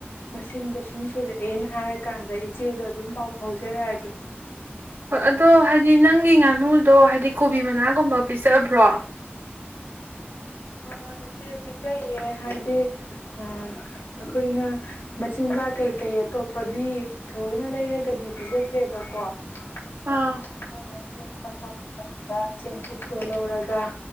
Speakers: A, on the left; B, on the right.
A: ꯃꯁꯤꯡꯗꯣ ꯁꯨꯝ ꯁꯨꯔꯛꯑꯦꯅ ꯍꯥꯏꯔꯀꯥꯟꯗ ꯏꯆꯦꯗꯣ ꯑꯗꯨꯝ ꯄꯥꯎ ꯐꯥꯎꯖꯔꯛꯑꯒꯦ
B: ꯍꯣꯏ ꯑꯗꯣ ꯍꯥꯏꯗꯤ ꯅꯪꯒꯤ ꯉꯥꯅꯨꯗꯣ ꯍꯥꯏꯗꯤ ꯀꯣꯕꯤ ꯃꯅꯥꯒꯨꯝꯕ ꯄꯤꯖꯕ꯭ꯔꯣ
A: ꯑꯥ ꯏꯆꯦ ꯄꯤꯖꯩꯌꯦ ꯍꯥꯏꯗꯤ ꯑꯩꯈꯣꯏꯅ ꯃꯆꯤꯟꯖꯥꯛ ꯀꯩ-ꯀꯩ ꯑꯇꯣꯞꯄꯗꯤ ꯊꯑꯣꯏꯅ ꯂꯩꯔꯒꯗꯤ ꯄꯤꯖꯗ꯭ꯔꯦꯕꯀꯣ ꯍꯥꯏꯁꯤ
B: ꯑꯥ
A: ꯑꯈꯣꯏꯅ ꯆꯦꯡ ꯊꯛꯄ ꯃꯇꯝꯗ ꯆꯦꯡꯀꯨꯞꯇꯣ ꯂꯧꯔꯒ